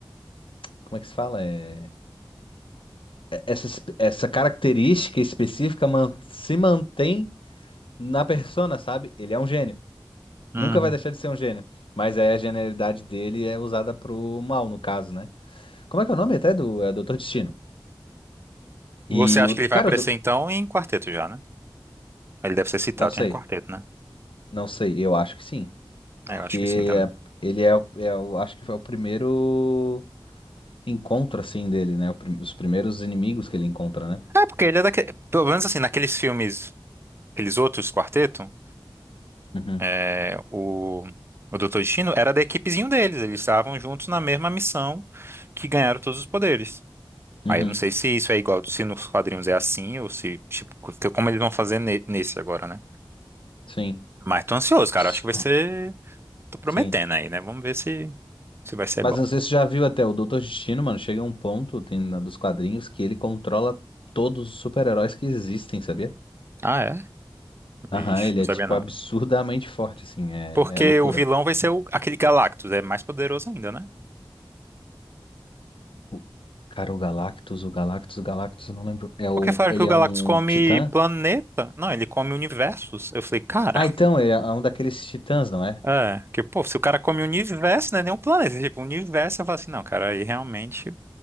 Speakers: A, on the left; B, on the right.
A: Como é que se fala? É. essa, essa característica específica man- se mantém na persona, sabe? Ele é um gênio.
B: uhum.
A: Nunca vai deixar de ser um gênio. Mas aí a genialidade dele é usada pro mal, no caso, né? Como é que é o nome até do é Doutor Destino?
B: Você
A: E
B: acha
A: o.
B: que ele vai
A: Cara,
B: aparecer
A: o do-
B: então em quarteto já, né? Ele deve ser citado
A: não sei.
B: já em quarteto, né?
A: Não sei. Eu acho que sim. Porque
B: É, eu acho que sim também.
A: é- ele é, o- é o- Acho que foi o primeiro encontro, assim, dele, né? O prim- os primeiros inimigos que ele encontra, né?
B: É, porque ele é daquele. Pelo menos assim, naqueles filmes, aqueles outros quarteto,
A: Uhum.
B: é, o, o Doutor Destino era da equipezinho deles. Eles estavam juntos na mesma missão que ganharam todos os poderes.
A: Uhum.
B: Aí eu não sei se isso é igual, se nos quadrinhos é assim, ou se, tipo, co- como eles vão fazer ne- nesse agora, né?
A: Sim.
B: Mas tô ansioso, cara.
A: S-
B: Acho que vai ser. Tô prometendo
A: Sim.
B: aí, né? Vamos ver se, se vai ser
A: Mas
B: bom.
A: eu não sei se você já viu até o Doutor Destino, mano. Chega um ponto, tem na- dos quadrinhos, que ele controla todos os super-heróis que existem, sabia?
B: Ah, é? Vixe,
A: Aham, ele
B: não
A: é,
B: sabia
A: tipo,
B: não.
A: absurdamente forte, assim. É,
B: Porque
A: é loucura.
B: o vilão vai ser o- aquele Galactus, é mais poderoso ainda, né?
A: O- Cara, o Galactus, o Galactus, o Galactus, eu não lembro. É o,
B: Porque falaram
A: ele
B: que o Galactus
A: é um
B: come
A: titã?
B: planeta? Não, ele come universos. Eu falei, cara,
A: Ah, então, ele é um daqueles titãs, não é?
B: é, que pô, se o cara come universo, não é nem um planeta. Tipo, universo, eu falo assim, não, cara, aí realmente